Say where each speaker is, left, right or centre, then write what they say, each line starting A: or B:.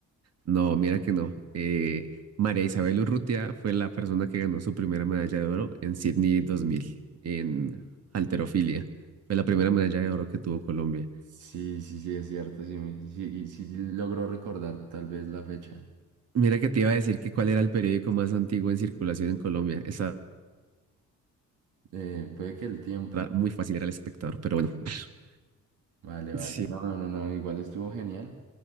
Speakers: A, on the right (about 55°); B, on the right (about 75°).
A: No, mira que no. Eh, María Isabel Urrutia fue la persona que ganó su primera medalla de oro en Sydney 2000 en halterofilia. Fue la primera medalla de oro que tuvo Colombia.
B: sí, sí, sí, es cierto. Sí, me- sí, sí logro recordar tal vez la fecha.
A: Mira que te iba a decir que cuál era el periódico más antiguo en circulación en Colombia. Esa
B: Eh, puede que el tiempo.
A: era muy fácil, era El Espectador, pero bueno. <laughs>
B: Vale, vale.
A: Sí.
B: No, no, no, igual estuvo genial.